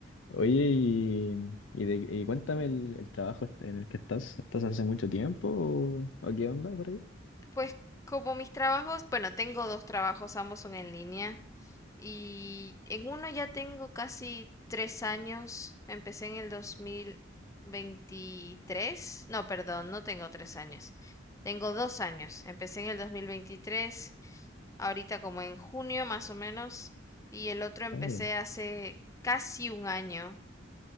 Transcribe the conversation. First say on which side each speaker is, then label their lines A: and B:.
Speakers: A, on the left; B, on the left.
A: Oye, y, y de- y cuéntame el, el trabajo en el que estás, ¿estás hace mucho tiempo o, o qué onda por ahí?
B: Pues como mis trabajos, bueno, tengo dos trabajos, ambos son en línea y en uno ya tengo casi tres años, empecé en el 2023, no, perdón, no tengo tres años, tengo dos años, empecé en el 2023, ahorita como en junio más o menos, y el otro empecé
A: Ay,
B: hace casi un año